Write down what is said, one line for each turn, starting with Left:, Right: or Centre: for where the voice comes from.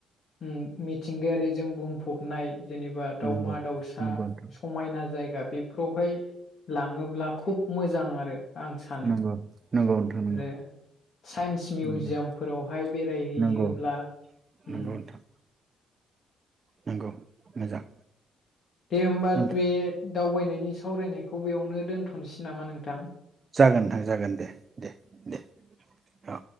Left: मि मिथिंगायारिजों बुंफबनाय जेनेबा दावमा-दावसा
Right: नंगौ नंगौ नोंथां
Left: समायना जायगा बेफोरावहाय लाङोब्ला खुब मोजां आरो। आं सानो।
Right: नंगौ नंगौ नोंथां नंगौ
Left: आरो साइन्स
Right: नंगौ
Left: मिउजियामफोरावहाय बेरायहैयोब्ला
Right: नंगौ नोंथां
Left: उम।
Right: नंगौ मोजां।
Left: दे होमबा
Right: नोंथां
Left: बे दावबायनायनि सावरायनायखौ बबेयावनो दोनथ'नोसै नामा नोंथां?
Right: जागोन नोंथां जागोन दे दे दे औ।